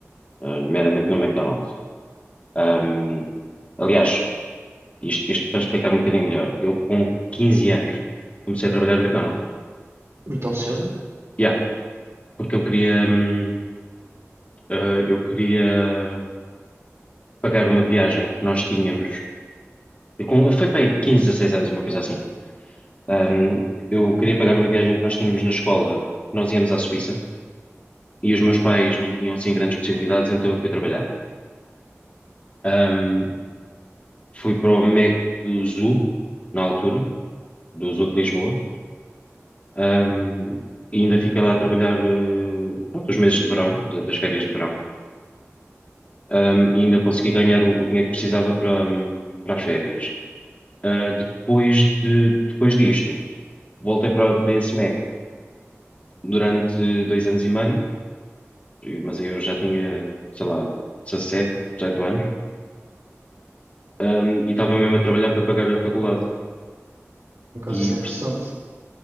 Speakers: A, on the left; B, on the right.
A: eh, nomeadamente no McDonald's. Ahm, aliás, isto, isto para explicar um bocadinho melhor. Eu com 15 anos comecei a trabalhar no McDonald's.
B: Ui, tão cedo?
A: Yeah, porque eu queria, hum, eh, eu queria pagar uma viagem que nós tínhamos eu com- foi para aí 15, 16 anos, uma coisa assim. Ahm, eu queria pagar uma viagem que nós tínhamos na escola, nós íamos à Suíça, e os meus pais
B: Ok.
A: não tinham assim grandes possibilidades, então eu fui trabalhar. Ahm, fui para o MEC do Zoo, na altura, do Zoo de Lisboa, Ahm, e ainda fiquei lá a trabalhar, eh, pronto, os meses de verão, da- das férias de verão, Ahm, e ainda consegui ganhar o, o dinheiro que precisava para, hum, para as férias. Ah, depois de, depois disto, voltei para, para esse MEC durante dois anos e meio mas aí eu já tinha, sei lá, 17, 18 anos, ahm, e estava mesmo a trabalhar para pagar a faculdade.
B: Por acaso
A: E,
B: isso
A: perce-
B: é interessante.